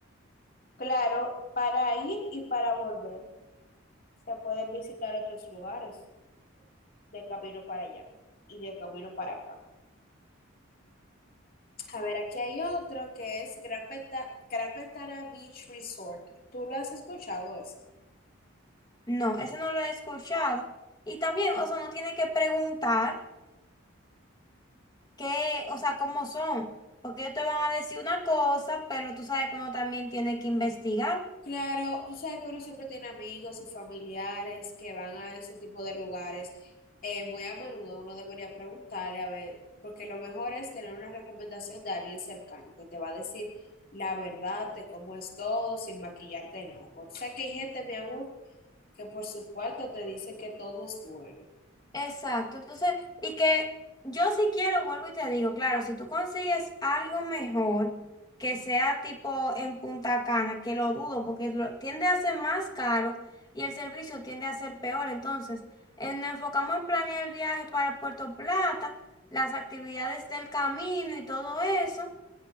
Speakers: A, on the left (about 45°); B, on the left (about 20°).
A: Claro, para ir y para volver. Se pueden visitar otros lugares de camino para allá y de camino para acá. A ver, aquí hay otro que es Gran, Venta- Gran Ventana Beach Resort. ¿Tú lo has escuchado ese?
B: No, ese no lo he escuchado. Y también, o sea, uno tiene que preguntar qué, o sea, cómo son. Porque ellos te van a decir una cosa, pero tú sabes que uno también tiene que investigar.
A: Claro, tú sabes que uno siempre tiene amigos y familiares que van a ese tipo de lugares. Eh, muy a menudo uno debería preguntarle, a ver, porque lo mejor es tener una recomendación de alguien cercano que te va a decir la verdad de cómo es todo sin maquillarte de nada. Porque tú que hay gente, mi amor, que por su cuarto te dice que todo es bueno.
B: Exacto, entonces, y que yo si quiero, vuelvo y te digo, claro, si tú consigues algo mejor que sea tipo en Punta Cana, que lo dudo porque lo- tiende a ser más caro y el servicio tiende a ser peor, entonces eh, nos enfocamos en planear el viaje para Puerto Plata, las actividades del camino y todo eso,